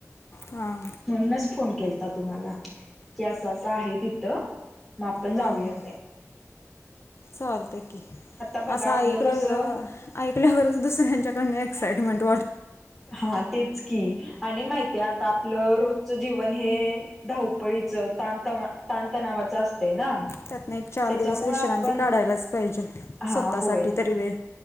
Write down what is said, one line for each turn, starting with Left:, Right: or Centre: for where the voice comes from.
Left: हां
Centre: म्हणूनच फोन केलता तुम्हाला की असं असं आहे तिथं माग आपण जाऊयात
Left: हां हां
Centre: आहे
Left: चालते की
Centre: बघा
Left: असं
Centre: आपलं
Left: ऐकल
Centre: कसं
Left: ऐकल्यावरच दुसऱ्यांच्याकडन एक्साइटमेट
Centre: हा तेच की आणि माहितीय आता आता आपलं रोजचं जीवन हे धावपळीच तत तणतणावाचं असते ना
Left: त्यातन एक चार
Centre: त्याच्यामुळे
Left: दिवस विश्रांती
Centre: आपण
Left: काढायलाच पाहिजे
Centre: हा
Left: स्वतःसाठी
Centre: होय
Left: तरी वेळ